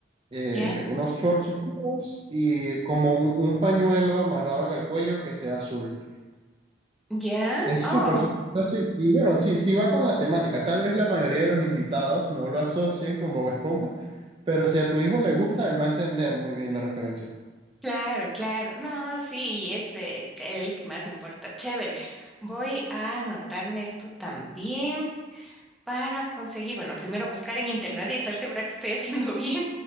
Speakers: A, on the right; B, in the centre.
A: eh,
B: ¿Ya?
A: unos shorts oscuros y como un, un pañuelo amarrado en el cuello que sea azul.
B: ¿Ya?
A: Es
B: Oh,
A: súper, súper fácil. Y bueno, sí, sí va con la temática. Tal vez la mayoría de los invitados no lo asocien con Bob Esponja, pero si a tu hijo le gusta, él va a entender muy bien la referencia.
B: claro, claro. No, sí, es eh, el que más importa. Chévere. Voy a anotarme esto también. para conseguir, bueno, primero buscar en internet y estar segura que estoy haciendo <laughs> bien